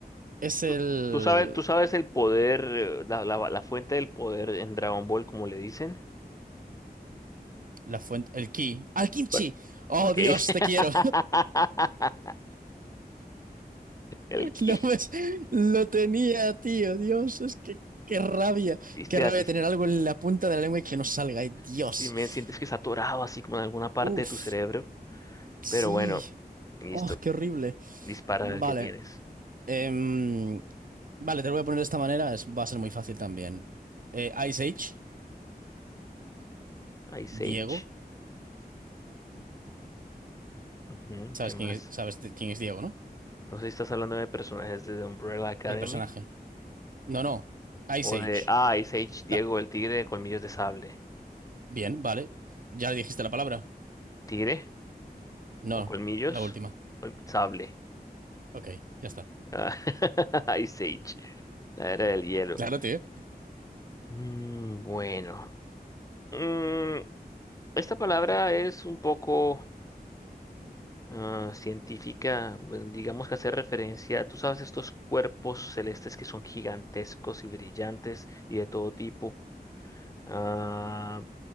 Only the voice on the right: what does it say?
Es el...
La fuente, el ki. ¡Al kimchi!
¡Oh,
Dios,
te quiero!
<laughs>
Lo, ves, lo tenía, tío. Dios, es que qué rabia.
Qué rabia
tener algo en la punta de la lengua y que no salga. Ay, Dios.
Uf,
sí.
Oh, qué horrible.
Vale.
em, vale, te lo voy a poner de esta manera. es- va a ser muy fácil también. Eh, Ice Age,
Diego.
¿Sabes
quién es, sabes de- quién es Diego, no?
El personaje. No, no.
Ice Age.
La-
Bien, vale. ¿Ya le dijiste la palabra?
No,
la última.
Ok, ya está.
Claro, tío.